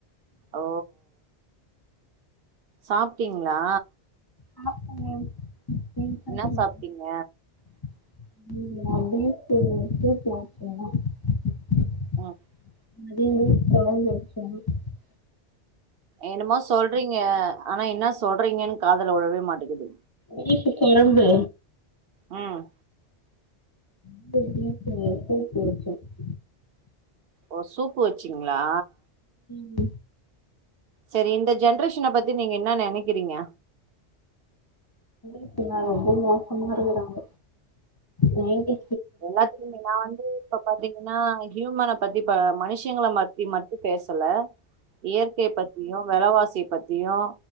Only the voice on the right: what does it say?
ஓ சாப்டிங்ளா
என்ன சாப்ட்டீங்க
ஆ
என்னமோ சொல்றீங்க ஆனா என்ன சொல்றீங்கன்னு காதுல உழவே மாட்டேங்குது
ம்
ஓ சூப்பு வெச்சிங்ளா
செரி இந்த ஜென்ரேஷன பத்தி நீங்க என்ன நெனைக்கிறீங்க
எல்லாத்துக்குமே நா வந்து இப்ப பாத்தீங்கன்னா ஹியூமன பத்தி மனுஷிங்கள மத்தி மட்டும் பேசல இயற்கை பத் பத்தியும் விலவாசிய பத்தியும்